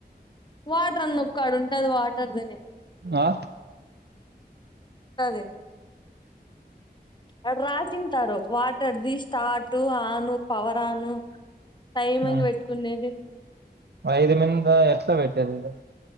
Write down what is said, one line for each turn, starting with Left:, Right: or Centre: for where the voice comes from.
Left: వాటర్ అని నొక్కు ఆడ ఉంటాది వాటర్ దని
Right: దా
Left: టాది అడ రాసింటారు. వాటర్ది, స్టార్ట్, ఆను, పవర్ ఆను టైమింగ్
Right: మ్.
Left: పెట్టుకునేది
Right: ఐదు మింద ఎట్ల పెట్టేదిది?